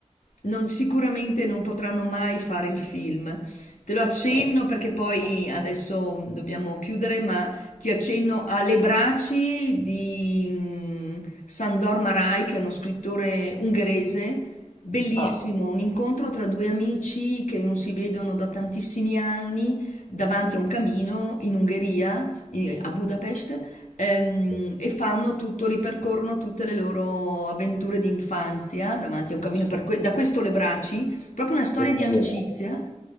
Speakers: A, on the left; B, on the left.
A: non- sicuramente non potranno mai fare il film. Te lo accenno
B: Eh.
A: perché poi adesso dobbiamo chiudere, ma ti accenno a Le braci di mm, Sandor Marai, che è uno scrittore ungherese. Bellissimo,
B: Ah,
A: un incontro tra due amici che non si vedono da tantissimi anni davanti a un camino in Ungheria, i- a Budapest, ehm,
B: beh,
A: e fanno tutto, ripercorrono tutte le loro avventure di infanzia davanti a un camino
B: spe-
A: per que- da questo le braci, proprio una
B: spettacolare.
A: storia di amicizia,